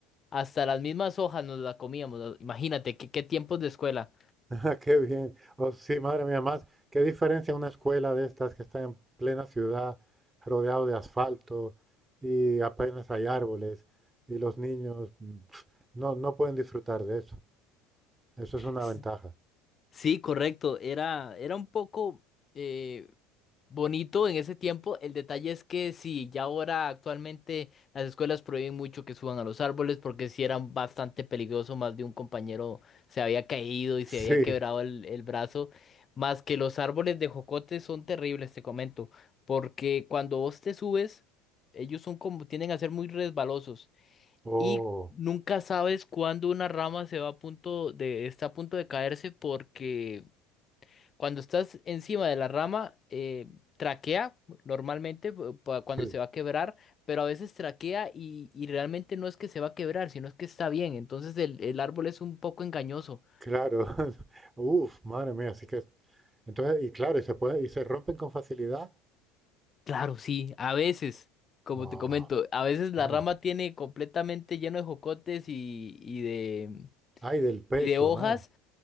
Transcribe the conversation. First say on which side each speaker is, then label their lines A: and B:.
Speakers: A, on the left; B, on the right.
A: Hasta las mismas hojas nos la comíamos. ah, Imagínate, qué, qué tiempos de escuela.
B: <laughs> Ah, Qué bien. Oh, sí, madre mía, más, qué diferencia una escuela de estas que está en plena ciudad, rodeado de asfalto y apenas hay árboles y los niños mm, pf, no, no pueden disfrutar de eso. Eso es una
A: S-
B: ventaja.
A: Sí, correcto. Era, era un poco... eh, bonito en ese tiempo. El detalle es que sí, ya ahora actualmente las escuelas prohíben mucho que suban a los árboles porque si eran bastante peligroso, más de un compañero se había caído y se
B: Sí,
A: había quebrado el, el brazo. Más que los árboles de jocote son terribles, te comento, porque cuando vos te subes, ellos son como, tienden a ser muy resbalosos
B: oh,
A: y nunca sabes cuándo una rama se va a punto de, está a punto de caerse porque cuando estás encima de la rama, eh, traquea normalmente pu- pa- cuando
B: sí,
A: se va a quebrar, pero a veces traquea y, y realmente no es que se va a quebrar, sino es que está bien. Entonces el, el árbol es un poco engañoso.
B: claro. <laughs> Uf, madre mía, así que entonces y claro, y se puede y se rompen con facilidad.
A: Claro, sí, a veces, como
B: Oh,
A: te comento, a veces la
B: madre.
A: rama tiene completamente lleno de jocotes y, y de,
B: Ay, del peso,
A: y de hojas.
B: madre.